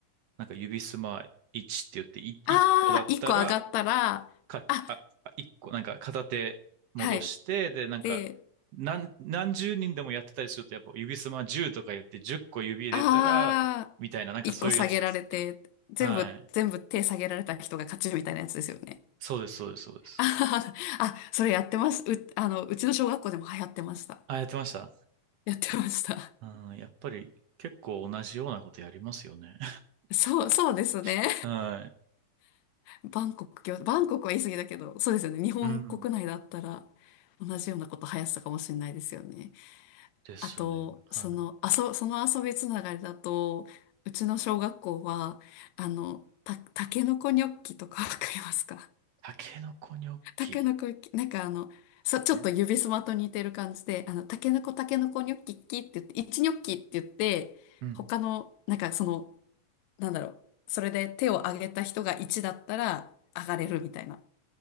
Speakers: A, on the right; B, on the left.
A: なんか指スマ1って言って、い、
B: あー、
A: 1個だったら、
B: 一個上がったら、
A: か、
B: あ、
A: あ、あ一個、なんか片手戻して、
B: はい。
A: で、なんか、
B: で、
A: 何、何十人でもやってたりすると、やっぱ指すま10とか言って10個指入れたら、
B: あー、
A: みたいな、なんかそういうやつです。
B: 一個下げられて、全部、
A: はい。
B: 全部手下げられた人が勝ちみたいなやつですよね。
A: そうです、そうです、そうです。
B: <laughs> あ、あそれやってます。う、あの、うちの小学校でも流行ってました。
A: あ、やってました。
B: やってました。
A: うん、やっぱり結構同じようなことやりますよね。
B: そう、そうですね。
A: <laughs> はい。
B: バンコク教、バンコクは言い過ぎだけど、そうですよね。日本国内だったら
A: うん。
B: 同じようなこと流行ってたかもしれないですよね。
A: ですね。
B: あと、
A: はい。
B: その、あそ、その遊びつながりだと、うちの小学校は、あの、た、タケノコニョッキとかわかりますか
A: タケノコニョッキ。
B: タケノコ、なんかあの、さ、ちょっと指すまと似てる感じで、
A: え
B: あの、タケノコ、タケノコ、ニョッキッキって言って、一ニョッキって言って、
A: うん。
B: 他の、なんかその、なんだろう、それで手を挙げた人が一だったら、上がれるみたいな、